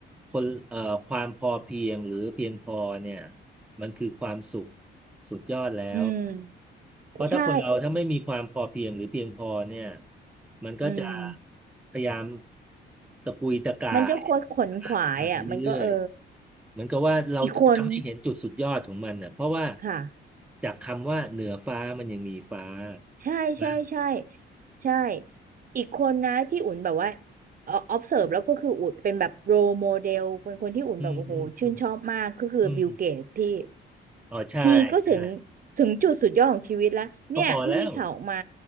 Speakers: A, in the centre; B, on the right (about 45°).
A: คนเอ่อความพอเพียงหรือเพียงพอเนี่ยมันคือความสุขสุดยอดแล้ว
B: อืม
A: เพราะถ้าคนเราถ้าไม่มีความพอเพียงหรือเพียงพอเนี่ย
B: ใช่
A: มันก็จะ
B: อืม
A: พยายามตะปุยตะกาย
B: มันก็คดขวนขวายอ่ะมันก็เออ
A: หาทางไปเรื่อยๆเหมือนกับว่าเราจะไม่เห็นจุดสุดยอดของมันอ่ะเพราะว่า
B: อีกคนค่ะ
A: จากคำว่าเหนือฟ้ามันยังมีฟ้า
B: ใช่ใช่ใช่
A: นะ
B: ใช่ อีกคนนะที่อุ่นแบบว่าเอ่อ observe แล้วก็คืออุ่นเป็นแบบ role model เป็นคนที่อุ่นแบบโอ้โหชื่นชอบมากก็คือบิลเกตพี่
A: อืมอืมอืมอืมอ๋อใช่ใช่
B: ฮีก็ถึงถึงจุดสุดยอดของชีวิตแล้วเนี่ยเพิ่งมีข่าวออกมา
A: ก็พอแล้ว